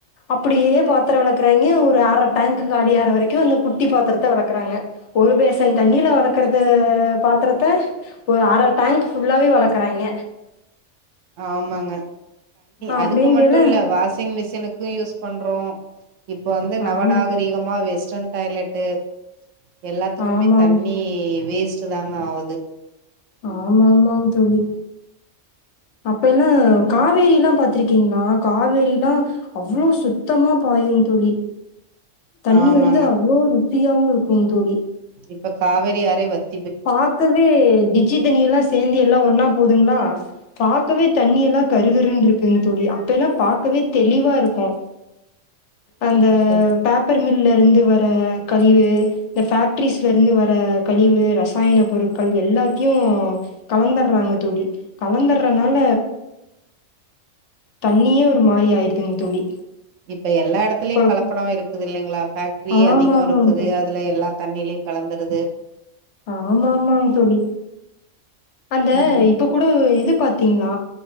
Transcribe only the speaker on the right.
ஆமாங்க
அதுக்கு மட்டு இல்ல வாஷிங் மிஷினுக்கு யூஸ் பண்றோ இப்ப வந்து நவநாகரீகமா
வெஸ்டன் டாய்லெட்டு எல்லாத்துக்குமே
நீ தண்ணி வேஸ்ட்டுதாங்க ஆவுது
ஆமாங்க
இப்போ காவேரி ஆறே வத்
இப்ப
இப்ப எல்லா எடத்துலயு
கலப்படோ இருக்குது இல்லைங்களா பேஃக்ட்ரி
அதிகோ இருக்குது
அ துல எல்லா தண்ணிலியு கலந்துறுது
ம்